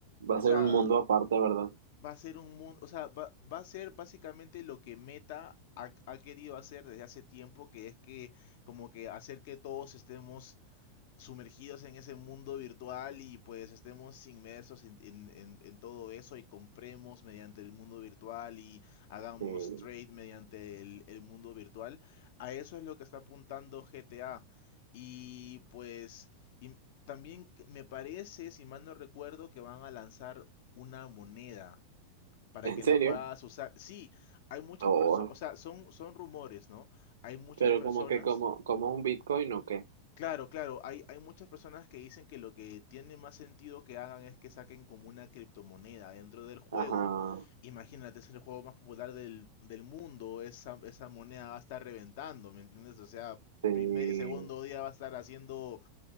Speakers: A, on the right; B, on the left.
A: va
B: o
A: a
B: sea,
A: ser un mundo aparte, ¿verdad?
B: va a ser un mundo, o sea, va, va a ser básicamente lo que Meta ha, ha querido hacer desde hace tiempo, que es que como que hacer que todos estemos sumergidos en ese mundo virtual y pues estemos inmersos en, en- en- en todo eso y compremos mediante el mundo virtual y hagamos
A: Sí,
B: trade mediante el, el mundo virtual. A eso es lo que está apuntando GTA. Y pues y también que- me parece, si mal no recuerdo, que van a lanzar una moneda para
A: en
B: que
A: serio.
B: la puedas usar. Sí, hay muchas
A: Oh,
B: personas, o sea, son, son rumores, ¿no? Hay muchas
A: pero
B: personas
A: como que como, como un Bitcoin o qué.
B: Claro, claro, hay, hay muchas personas que dicen que lo que tiene más sentido que hagan es que saquen como una criptomoneda dentro del juego.
A: Ajá,
B: Imagínate, es el juego más popular del, del mundo, esa, esa moneda va a estar reventando, ¿me entiendes? O sea,
A: sí,
B: primer y segundo día va a estar haciendo